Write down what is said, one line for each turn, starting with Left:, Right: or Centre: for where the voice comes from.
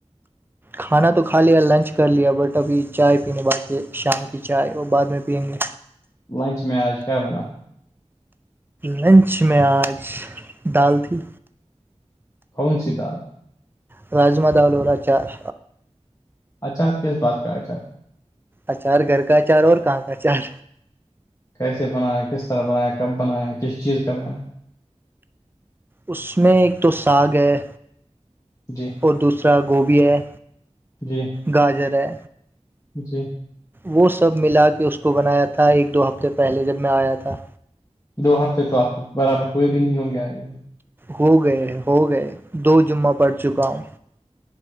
Right: کھانا تو کھا لیا لنچ کر لیا بٹ ابھی چائے پینے باقی شام کی چائے وہ بعد میں پئیں گے
Left: لنچ میںی آج کیا بنا
Right: لنچ میں آج ڈال تھی
Left: کون سی د آپ
Right: راجما دالوورا چار
Left: آچار کس بات کا اچار
Right: اچار گھر کا اچار اور کہاں کا اچار
Left: کیسے بنایا کس طرح بنایا کب بنایا کس چیز کا بنایا
Right: اس میں ایک تو ساگ ہے
Left: جی
Right: اور دوسرا گوبھی ہے
Left: جی
Right: گاجر ہے
Left: جی
Right: وہ سب ملا کے اس کو بنایا تھا ایک دو ہفتے پہلے جب میں آیا تھا
Left: دو ہفتے تو آپ کو برابر کوئی بھی نہیں ہوں گے آئے گ
Right: ہو گئے ہو گئے دو جمعہ پڑ چکا ہوں